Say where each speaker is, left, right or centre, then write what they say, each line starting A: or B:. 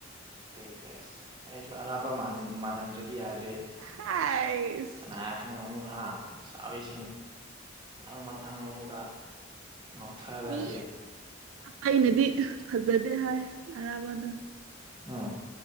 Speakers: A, on the right; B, on the right.
A: ꯀꯦꯁ ꯑꯩꯁꯨ ꯑꯔꯥꯄꯄꯥ ꯃꯥꯅ ꯃꯜꯍꯟꯗ꯭ꯔꯗꯤ ꯌꯥꯗ꯭ꯔꯦ
B: ꯍꯥꯏꯁ
A: ꯀꯅꯥ ꯈꯪ ꯑꯃꯨ ꯑꯗꯩ ꯆꯕꯤꯁꯤꯡ ꯃꯊꯪ ꯃꯊꯪ ꯑꯃꯒ ꯉꯞꯊꯔꯗꯤ
B: ꯃꯤ ꯑꯩꯅꯗꯤ ꯐꯖꯗꯦ ꯍꯥꯏ ꯑꯔꯥꯕꯗ
A: ꯎꯝ